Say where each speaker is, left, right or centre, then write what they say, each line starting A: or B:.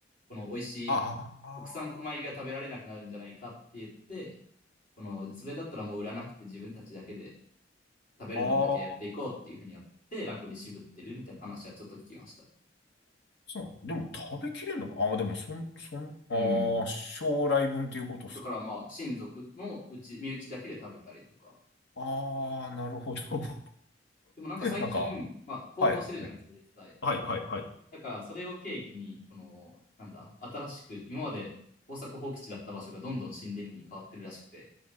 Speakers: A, on the left (about 50°); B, on the left (about 65°).
A: この美味しい国産米が食べられなくなるんじゃないかって言って、
B: あーあ
A: この、それだったらもう売らなくて自分たちだけで食べる分だけやっていこうっていうふうにやって、
B: ー、あー
A: 楽に渋ってるみたいな話はちょっと聞きました。
B: そう。でも食べきれるのか。ああ、でもそん、そん、ああ、
A: うん。
B: 将来分っていうことですか。
A: だからまあ、親族のうち、身内だけで食べたりとか。
B: ああ、なるほど。<laughs>
A: でもなんか最近、
B: なんか、
A: まあ、高騰してるじゃないですか、
B: はい、はい。
A: 実際。
B: はいはいはい。
A: だから、それを契機に、この、なんだ、新しく、今まで耕作放棄地だった場所がどんどん神殿に変わってるらしくて、